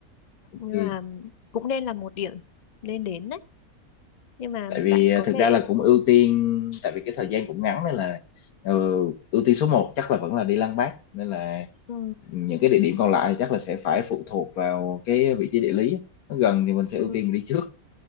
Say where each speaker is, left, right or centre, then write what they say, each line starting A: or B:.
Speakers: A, on the left; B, on the left.
A: ok
B: nhưng mà cũng nên là một điểm nên đến đấy nhưng mà
A: tại vì
B: bạn
A: à,
B: có
A: thực
B: thể
A: ra là cũng ưu tiên tại vì cái thời gian cũng ngắn nên là ờ, ưu tiên số một chắc là vẫn là đi Lăng Bác nên là
B: ừ,
A: những cái địa điểm còn lại thì chắc là sẽ phải phụ thuộc vào cái vị trí địa lý nó gần thì mình sẽ
B: ừ,
A: ưu tiên mình đi trước